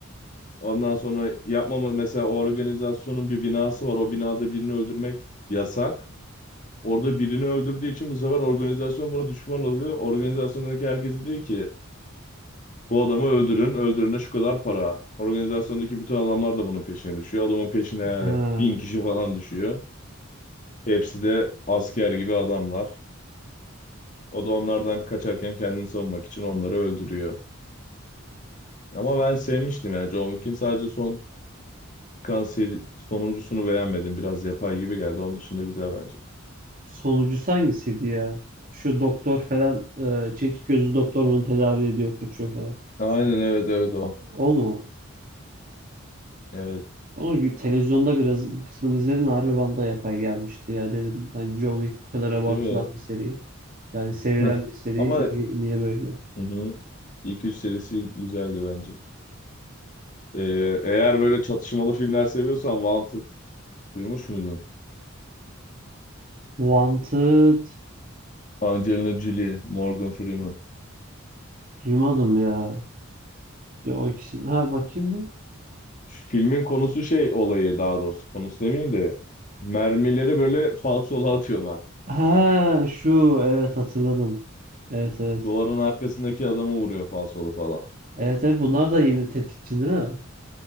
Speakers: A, on the left (about 40°); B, on the right (about 40°).
A: Ondan sonra yapmama mesela o organizasyonun bir binası var. O binada birini öldürmek yasak. Orada birini öldürdüğü için bu sefer organizasyon buna düşman oluyor. Organizasyondaki herkes diyor ki bu adamı öldürün, öldürene şu kadar para. Organizasyondaki bütün adamlar da bunun peşine düşüyor. Adamın peşine yani
B: Ha.
A: bin kişi falan düşüyor. Hepsi de asker gibi adamlar. O da onlardan kaçarken kendini savunmak için onları öldürüyor. Ama ben sevmiştim yani John Wick'in sadece son Kanser sonuncusunu beğenmedim. Biraz yapay gibi geldi. Onun dışında güzel bence.
B: Sonuncusu hangisiydi ya? Şu doktor falan e, çekik gözlü doktor bunu tedavi ediyor kaçıyor falan.
A: Aynen evet evet o.
B: O mu?
A: Evet
B: Ama bir televizyonda biraz bir kısmını izledim. ve Harbi bana da yapay gelmişti. Ya dedim ben John Wick bu kadar abartılan
A: değil mi?
B: bir seri. Yani
A: <laughs>
B: sevilen bir seri.
A: Ama
B: Niye, niye böyle?
A: hı hı. İlk üç serisi güzeldi bence. Ee, eğer böyle çatışmalı filmler seviyorsan Wanted duymuş muydun?
B: Wanted
A: Angelina Jolie, Morgan Freeman.
B: duymadım ya. Ya o ikisini. Ha bakayım mı?
A: Filmin konusu şey olayı daha doğrusu konusu demeyeyim de mermileri böyle falsola atıyorlar.
B: Ha şu evet hatırladım. Evet evet.
A: Duvarın arkasındaki adamı vuruyor falsolu falan.
B: Evet evet bunlar da yeni tetikçi değil mi?